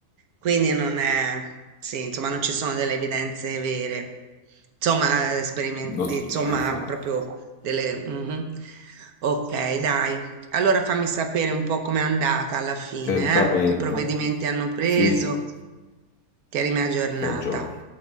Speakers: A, on the right; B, on the left.
A: quindi non è, sì, insomma, non ci sono delle evidenze vere, insomma, esperimenti,
B: no,
A: insomma,
B: esatto,
A: proprio delle... mhm. Ok, dai. Allora fammi sapere un po' com'è andata alla fine,
B: certamente.
A: eh? Che provvedimenti hanno preso,
B: Sì,
A: tienimi aggiornata.
B: ti aggiorno